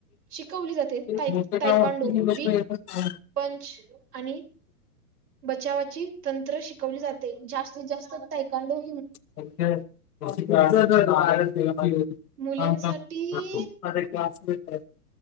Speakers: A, on the right; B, on the left.
A: शिकवली जाते तायकांडो
B: मोठं काम असतं की लोकं
A: वीक
B: येतात
A: पंच आणि बचावाची तंत्र शिकवली जाते जास्तीत जास्त तायकांडू
B: <inaudible> <unintelligible>
A: मुलींसाठी
B: <unintelligible>